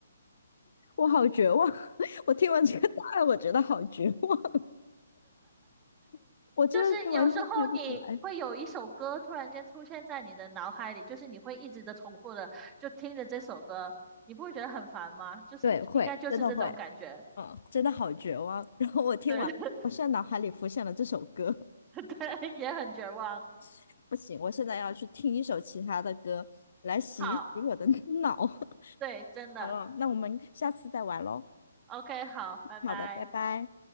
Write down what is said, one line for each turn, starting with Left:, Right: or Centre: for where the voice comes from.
Left: 我好绝望，<laughs> 我听完这个答案，我觉得好绝望，<laughs> 我真的是完全猜不出来。
Right: 就是有时候你会有一首歌突然间出现在你的脑海里，就是你会一直的重复的就听着这首歌，你不会觉得很烦吗？就是应该就是这种感觉，
Left: 对，会，真的会，嗯，真的好绝望。<laughs> 然后我听完，
Right: 对 <laughs>
Left: 我现在脑海里浮现了这首歌，
Right: 对，也很绝望。
Left: <laughs> 不行，我现在要去听一首其他的歌来洗一洗我的
Right: 好，
Left: <laughs> 脑。<laughs>
Right: 对，真的
Left: 好了，那我们下次再玩喽。
Right: ，OK，好，拜拜。
Left: 好的，拜拜。